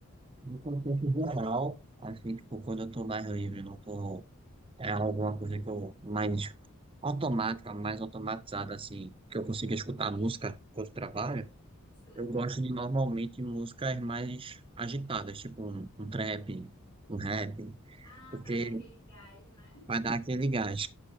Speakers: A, on the right; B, on the left.
A: No contexto geral, assim, tipo, quando eu tô mais livre, não tô. É alguma coisa que eu mais automática, mais automatizada, assim, que eu consiga escutar música quando trabalho.
B: Música eletrônica?
A: Eu gosto de normalmente músicas mais agitadas, tipo um, um trap, um rap,
B: Ah,
A: porque
B: para dar aquele gás, né?
A: vai dar aquele gás.